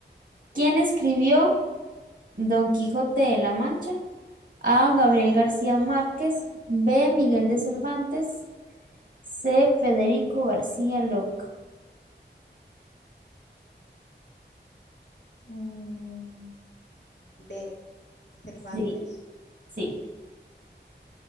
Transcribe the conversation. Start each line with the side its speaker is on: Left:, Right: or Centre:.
Right: ¿Quién escribió Don Quijote de la Mancha? A, Gabriel García Márquez. B, Miguel de Cervantes. C, Federico García Lorca.
Left: Mm, B, Cervantes.
Right: Sí, sí.